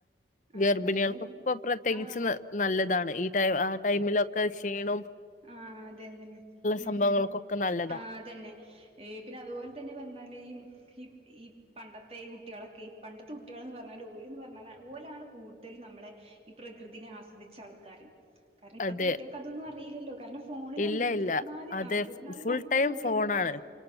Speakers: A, on the right; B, on the left.
A: ആ
B: ഗർഭിണികൾക്കൊപ്പൊ
A: അതിന് വേണ്ടി
B: പ്രത്യേകിച്ച്
A: ആ
B: നല്ലതാണ് ഈ ടൈം ആ ടൈമിലൊക്കെ ക്ഷീണവും
A: ആ അതെ അതെന്നെ
B: സംഭവങ്ങൾക്കൊക്കെ
A: ഉം ഉം
B: നല്ലതാ
A: ആ അതന്നെ ഏ പിന്നെ അതുപോലെതന്നെ പറഞ്ഞാല് ഈ ഈ ഈ പണ്ടത്തെ ഈ കുട്ടികളൊക്കെ ഈ പണ്ടത്തെ കുട്ടികളെന്നുപറഞ്ഞാല് ഓലിന്നുപറഞ്ഞാല് ഓലാണ് കൂടുതലും നമ്മളെ ഈ പ്രകൃതീനെ ആസ്വദിച്ച ആൾക്കാര് കാരണം ഇപ്പഴത്തെ
B: അതെ
A: കുട്ടികൾക്ക് അതൊന്നും അറി യില്ലല്ലോ കാരണം ഫോണിലാണല്ലേ
B: ഇല്ല
A: ഇരുപത്തിനാല്
B: ഇല്ല അതെ
A: ആ ഇരുപത്തിനാലുമണിക്കൂറു
B: ഫുൾ ടൈം
A: നോക്കിയാലും
B: ഫോണാണ്
A: ആ